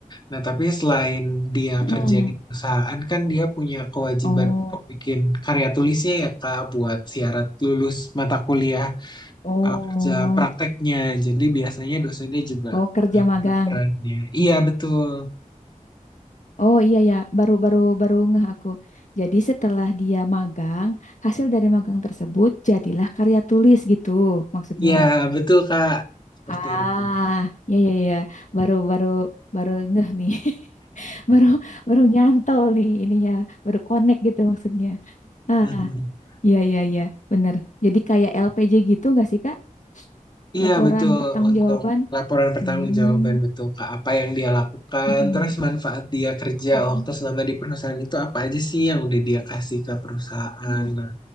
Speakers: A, on the left; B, on the left.
A: Nah, tapi selain dia
B: Mm-mm.
A: kerja di perusahaan kan dia punya kewajiban
B: Oh,
A: untuk bikin karya tulisnya ya Kak, buat syarat lulus mata kuliah
B: oh,
A: eh, kerja prakteknya. Jadi biasanya dosennya juga
B: oh kerja magang.
A: perannya. Iya betul,
B: Oh iya ya, baru-baru baru baru- baru ngeh aku. Jadi setelah dia magang, hasil dari magang tersebut jadilah karya tulis gitu maksudnya.
A: iya betul Kak, seperti
B: Ah,
A: itu.
B: ya ya ya, ya. baru baru baru ngeh nih. <laughs> Baru baru nyantol nih ininya, baru connect gitu maksudnya. Ah,
A: <laughs>
B: iya iya iya, bener. Jadi kayak LPJ gitu nggak sih, Kak?
A: Iya
B: Laporan
A: betul
B: pertanggungjawaban.
A: untuk laporan pertanggungjawaban
B: Hmm.
A: betul Kak apa yang dia lakukan
B: mm-mm.
A: terus manfaat dia kerja
B: Hmm.
A: waktu selama di perusahaan itu apa aja sih yang udah dia kasih ke perusahaan
B: Hmm.
A: nah